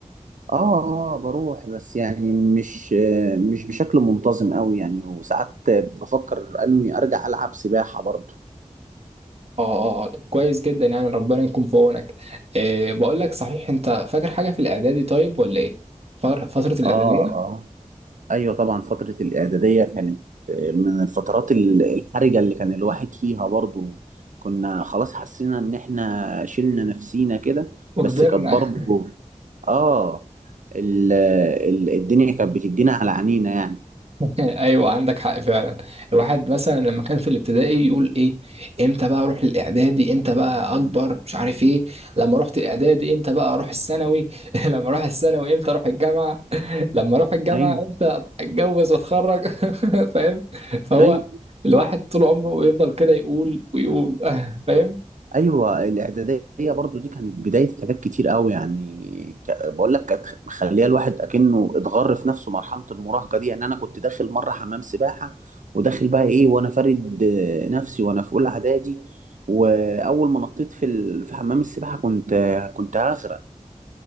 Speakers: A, on the right; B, on the right.
A: اه آه، بروح بس يعني مش آه، مش بشكل منتظم قوي يعني وساعات بفكر اني ارجع العب سباحه برضه
B: اه اه آه، طب كويس جدا يعني ربنا يكون في عونك إيه، بقول لك صحيح انت فاكر حاجه في الاعدادي طيب ولا ايه فر- فتره الاعداديه
A: اه اه ايوه طبعا فتره الاعداديه كانت آه، من الفترات ال- الحرجه اللي كان الواحد فيها برضو كنا خلاص حسينا ان احنا شلنا نفسينا كده
B: وكبرنا
A: بس كانت برضو اه ال ال الدنيا كانت بتدينا على عينينا يعني
B: <laughs> ايوه عندك حق فعلا الواحد مثلا لما كان في الابتدائي يقول ايه امتى بقى اروح للاعدادي امتى بقى اكبر مش عارف ايه لما رحت الاعدادي امتى بقى اروح الثانوي <laughs> لما اروح الثانوي امتى اروح الجامعه <laughs> لما اروح الجامعه
A: ايوه
B: امتى اتجوز واتخرج <laughs> فاهم فهو
A: ايوه
B: الواحد طول عمره يفضل كده يقول ويقول <laughs> فاهم
A: ايوه الاعداديه برضو دي كانت بدايه حاجات كتير قوي يعني ك- بقول لك كانت مخليه الواحد اكنه اتغر في نفسه مرحله المراهقه دي يعني انا كنت داخل مره حمام سباحه وداخل بقى ايه وانا فارد آه، نفسي وانا في اولى اعدادي واول ما نطيت في ال- في حمام السباحه كنت آه، كنت هغرق